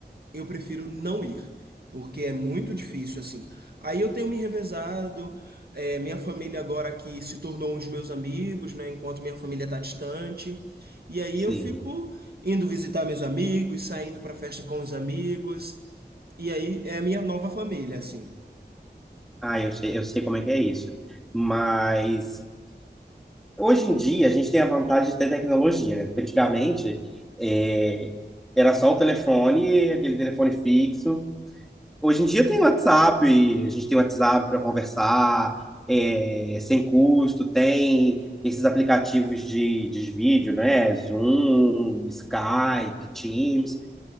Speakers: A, on the right; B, in the centre.
A: eu prefiro não ir, porque é muito difícil assim. Aí eu tenho me revezado, é, minha família agora que se tornou os meus amigos, né? Enquanto minha família está distante. E aí
B: Sim.
A: eu fico indo visitar meus amigos, saindo para festa com os amigos. E aí é a minha nova família, assim.
B: Ah, eu sei, eu sei como é que é isso. Mas Hoje em dia, a gente tem a vantagem de ter tecnologia, né? Porque antigamente é, era só o telefone, aquele telefone fixo. Hoje em dia tem WhatsApp, a gente tem WhatsApp para conversar, é, sem custo, tem esses aplicativos de, de vídeo, né? Zoom, Skype, Teams